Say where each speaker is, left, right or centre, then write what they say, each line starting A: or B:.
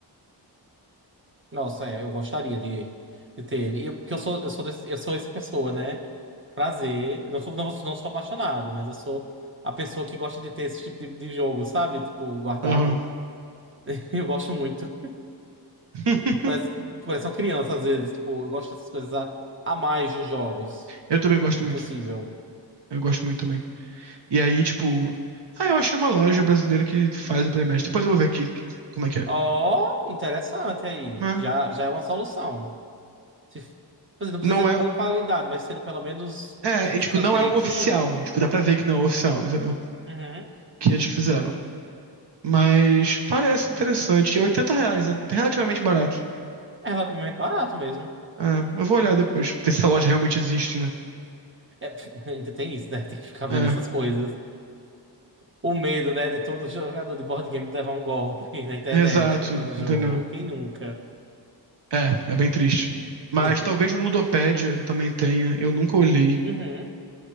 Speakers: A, on the right (about 30°); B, on the right (about 75°).
A: Nossa, é, eu gostaria de, de ter ele. E eu- porque eu sou, eu sou, desse- eu sou essa pessoa, né? Prazer. Eu Não sou, não, sou- não sou apaixonado, mas eu sou a pessoa que gosta de ter esse tipo de, de jogo, sabe? Tipo, guardado.
B: Aham.
A: <laughs> Eu gosto muito.
B: <laughs>
A: Parece, parece uma criança, às vezes. Tipo, eu gosto dessas coisas a, a mais dos jogos,
B: Eu também gosto
A: se
B: muito.
A: possível.
B: Eu gosto muito também. E aí, tipo. Ah, eu achei uma loja brasileira que faz o Playmatch. Depois eu vou ver aqui como é que é.
A: Ó, interessante aí.
B: Mas
A: Já, já é uma solução. Se, quer dizer, não precisa
B: não
A: ser
B: é.
A: de boa qualidade, mas sendo pelo menos
B: É,
A: tipo,
B: é, tipo,
A: ficando
B: não
A: direitinho.
B: é o oficial. Tipo, dá pra ver que não é o oficial, entendeu?
A: Uhum.
B: Que eles que fizeram. Mas parece interessante. E é 80 reais, é relativamente barato.
A: É relativamente barato mesmo.
B: É, eu vou olhar depois, ver se essa loja realmente existe, né?
A: É, <laughs> ainda tem isso, né? Tem que ficar vendo
B: É,
A: essas coisas. O medo, né, de todo jogador de board game levar um golpe <laughs> na internet,
B: exato,
A: comprando o
B: entendeu?
A: jogo. Quem nunca?
B: É, é bem triste. Mas
A: <laughs>
B: talvez no Ludopédia também tenha, eu nunca olhei.
A: Uhum.